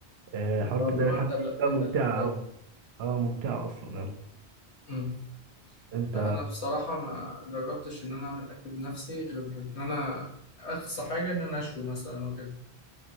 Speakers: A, on the right; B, on the left.
A: آه، حوار
B: اه
A: انت
B: اللي
A: بتعمل
B: هو انت
A: حاجه
B: اللي
A: ده
B: انت
A: ممتعه
B: اللي هتاكل
A: قوي اه ممتعه اصلا يعني.
B: امم
A: انت
B: لا انا بصراحة ما جربتش ان انا اعمل اكل بنفسي غير ان انا اقصى حاجة ان انا اشوي مثلا وكده